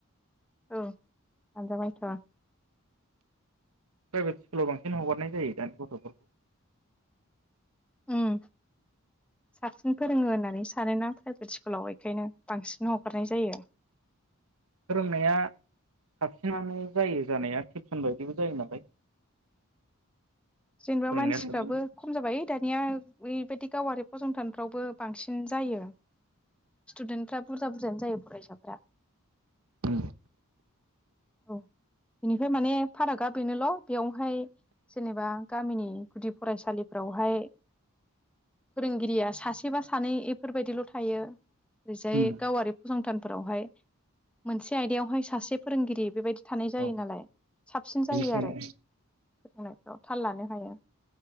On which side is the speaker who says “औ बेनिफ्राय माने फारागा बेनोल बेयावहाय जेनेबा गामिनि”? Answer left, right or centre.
Centre